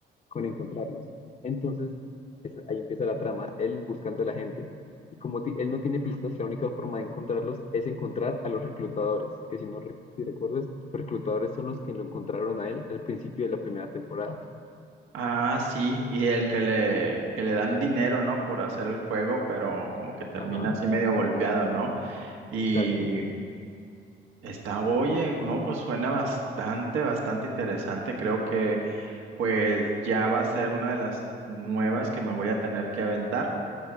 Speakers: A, on the left; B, on the right.
A: con encontrarlos. Entonces, es- ahí empieza la trama, él buscando a la gente. Y como ti- él no tiene pistas, la única forma de encontrarlos es encontrar a los reclutadores, que si no re- si recuerdas, los reclutadores son los que lo encontraron a él al principio de la primera temporada.
B: Ah, sí, y el que le, que le dan dinero, ¿no? Por hacer el juego, pero como que termina
A: Ajá,
B: así medio golpeado, ¿no? Y
A: exacto.
B: Está, oye, no, pues suena bastante, bastante interesante. Creo que pues ya va a ser una de las nuevas que me voy a tener que aventar